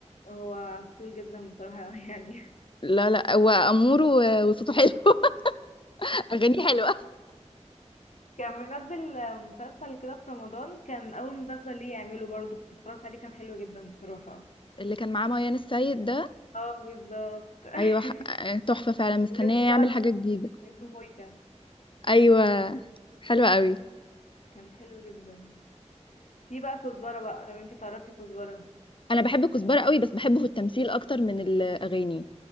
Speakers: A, on the left; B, on the left.
A: هو عسول جدا بصراحة <laughs> يعني
B: لا لا هو امور و- وصوته حلو <laughs> اغانيه حلوة
A: كان منزل مسلسل كده في رمضان كان أول مسلسل ليه يعمله برضه كنت اتفرجت عليه كان حلو جدا بصراحة
B: اللي كان معاه ميان السيد ده
A: اه بالظبط <laughs>
B: ايوه ح- تحفة فعلا مستنية
A: الاسم
B: يعمل
A: طلع كان
B: حاجة جديدة
A: كان اسمه بويكا
B: ايوه حلوة قوي
A: كان حلو جدا في بقى كزبرة بقى لو انتي تعرفي كزبرة
B: انا بحب كزبرة قوي بس بحبه في التمثيل اكتر من الاغاني